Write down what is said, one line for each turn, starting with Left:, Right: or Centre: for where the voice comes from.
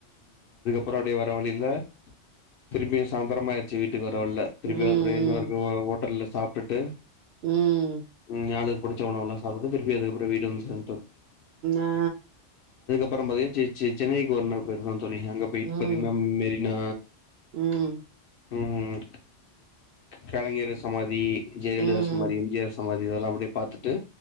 Left: போறாடி வர வழியில திருபியும் சாந்திரமாயிச்சு வீட் க்கு வர வலியில திருவவேபுரை
Right: ம்
Left: இன்னொரு ஓட்டல்ல சாப்ட்டுட்டு
Right: ம்
Left: ம் ஆளுக்கு புடிச்ச உணவலாம் சாப்ட்டுட்டு திருப்பி அதுக்கப்புறம் வீடு வந்து சம
Right: ஆ
Left: அப்பறம் செ செ சென்னைக்கு ஒரு நாள் போய்ருந்தோம்
Right: ம்
Left: <unintelligible> இன்னா
Right: ம்
Left: ம் கலைஞர் சமாதி ஜெயலலிதா
Right: ம்
Left: சமாதி எம்ஜிஆர் சமாதி இதெல்லாம் அப்டே பாத்துட்டு